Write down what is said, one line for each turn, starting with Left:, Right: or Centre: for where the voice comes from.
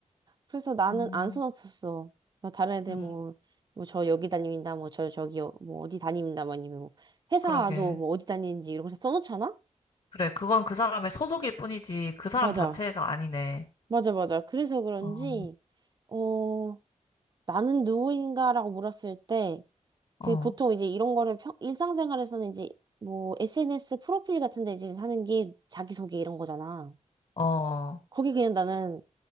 Right: 그래서 나는
Left: 음,
Right: 안 써놨었어. 막 다른 애들
Left: 음,
Right: 뭐, 뭐 저 여기 다닙니다. 뭐 저 저기 어- 뭐 어디 다닙니다. 뭐 아니면 뭐 회사도
Left: 그러게.
Right: 뭐 어디 다니는지 이런 거 다 써놓잖아?
Left: 그래, 그건 그 사람의 소속일 뿐이지, 그 사람
Right: 맞아.
Left: 자체가 아니네.
Right: 맞아, 맞아. 그래서 그런지,
Left: 어,
Right: 어, 나는 누구인가라고 물었을 때,
Left: 어,
Right: 그 보통 이제 이런 거를 평, 일상생활에서는 이제 뭐 SNS 프로필 같은 데 이제 하는 게 자기소개 이런 거잖아.
Left: 어.
Right: 거기 그냥 나는,